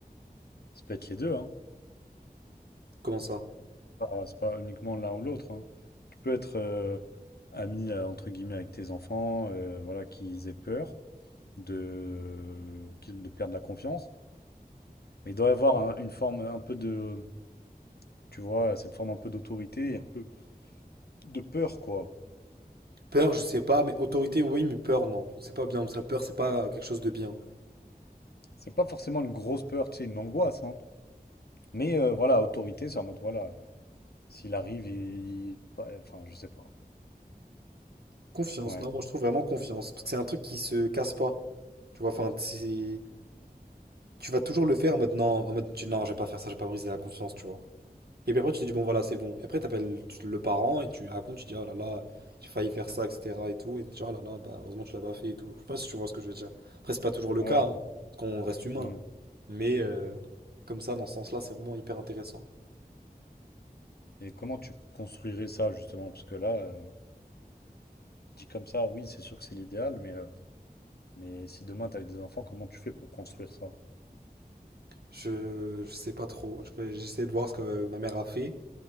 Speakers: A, on the left; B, on the right.
A: Ça peut être les deux, hein.
B: Comment ça?
A: pas, c'est pas uniquement l'un ou l'autre. hein. Tu peux être euh, ami euh, entre guillemets avec tes enfants, euh, voilà, qu'ils aient peur de, qu'ils- de perdre la confiance. Mais il doit y avoir un- une forme un peu de, tu vois, cette forme un peu d'autorité et un peu de peur, quoi.
B: Peur, je sais pas, mais autorité, oui, mais peur, non. C'est pas bien, parce que la peur, c'est pas quelque chose de bien.
A: C'est pas forcément une grosse peur, tu sais, une angoisse, hein. Mais euh, voilà, autorité, c'est en mode, voilà, euh, s'il arrive, il... pas- Enfin, je sais pas.
B: Confiance,
A: Ouais,
B: non, moi je trouve vraiment confiance, parce que c'est un truc qui se casse pas. Tu vois, enfin, c'est... Tu vas toujours le faire en mode non, en mode tu- non, je vais pas faire ça, je vais pas briser la confiance, tu vois. Et puis après, tu te dis bon, voilà, c'est bon. Et après, t'appelles tu- le parent et tu lui racontes, tu dis oh là là, j'ai failli faire ça, etc. et tout. Et tu dis oh là là, bah, heureusement, tu l'as pas fait et tout. Je sais pas si tu vois ce que je veux dire. Après, c'est pas toujours le
A: ouais,
B: cas,
A: je
B: hein,
A: vois.
B: parce qu'on reste humain.
A: Mm.
B: Mais euh, comme ça, dans ce sens-là, c'est vraiment hyper intéressant.
A: Et comment tu construirais ça, justement? Parce que là, euh, dit comme ça, oui, c'est sûr que c'est l'idéal, mais... euh, Mais si demain t'avais des enfants, comment tu fais pour construire ça?
B: Je, je sais pas trop. Je vais- J'essaie de voir ce que ma mère a fait,